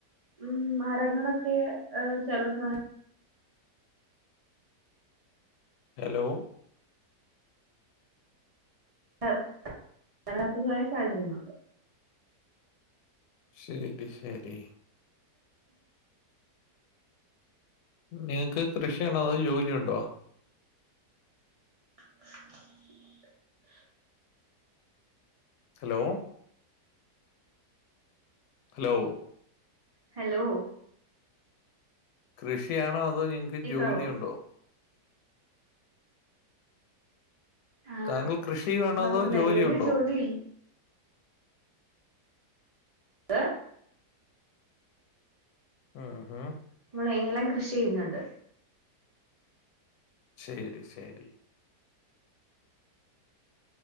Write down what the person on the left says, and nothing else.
ഹലോ
ശരി ശരി നിങ്ങക്ക് കൃഷിയാണോ അതോ ജോലിയൊണ്ടോ
ഹലോ ഹലോ
കൃഷിയാണോ അതോ നിങ്ങ്ക്ക്
ജോലിയൊണ്ടോ
താങ്കൾ കൃഷി ചെയ്യുവാണോ
അതോ
ജോലിയൊണ്ടോ
ആഹാ
ശരി ശരി